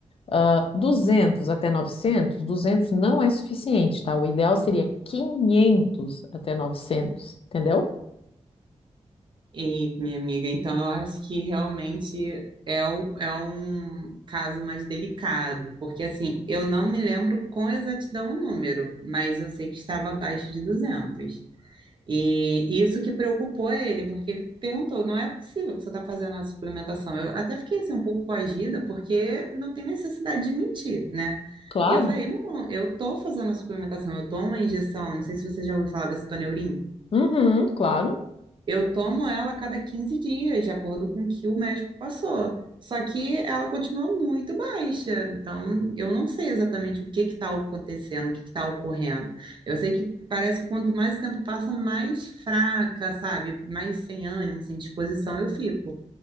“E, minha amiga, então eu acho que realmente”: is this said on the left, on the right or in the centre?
Right